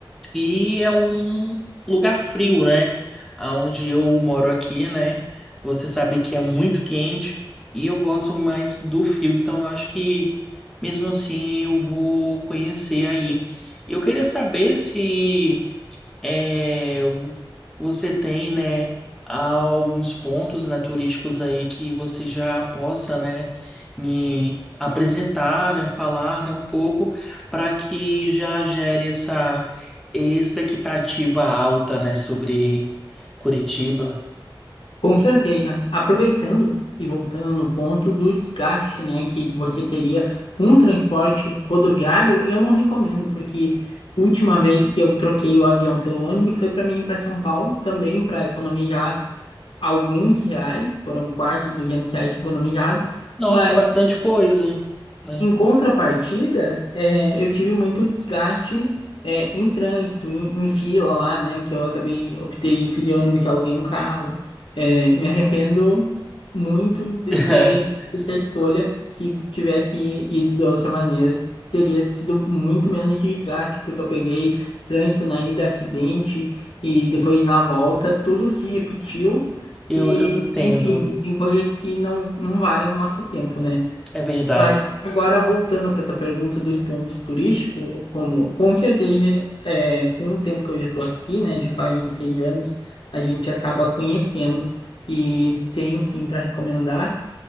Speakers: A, in the centre; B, on the left.
A: E é um lugar frio, né? aonde eu moro aqui, né? Você sabe que é muito quente e eu gosto mais do frio, então eu acho que mesmo assim eu vou conhecer aí. Eu queria saber se é, você tem, né, alguns pontos, né, turísticos aí que você já possa, né, me apresentar, né, falar, né, um pouco para que já gere essa expectativa alta, né, sobre Curitiba.
B: Com certeza. Aproveitando e voltando no ponto do desgaste, né, que você teria com o transporte rodoviário, eu não recomendo, porque última vez que eu troquei o avião pelo ônibus foi para mim ir para São Paulo, também para economizar alguns reais, foram quase 200 reais economizados,
A: Nossa,
B: mas
A: bastante coisa, né?
B: Em contrapartida, é, eu tive muito desgaste é, em trânsito, em, em fila lá, né? Que eu acabei, optei, fui de ônibus, que aluguei um carro. É, me arrependo
A: Uhum.
B: muito de
A: <laughs>
B: ter feito essa escolha. Se tivesse ido de outra maneira, teria sido muito menos desgaste, porque eu peguei trânsito na ida, acidente, e depois na volta, tudo se repetiu.
A: Eu,
B: E,
A: eu entendo,
B: enfim, tem coisas que não, não valem o nosso tempo, né?
A: é verdade.
B: Mas agora voltando para a tua pergunta dos pontos turísticos, Rômulo, com certeza, é, com o tempo que eu já estou aqui, né, já faz seis anos, a gente acaba conhecendo e tenho sim para recomendar.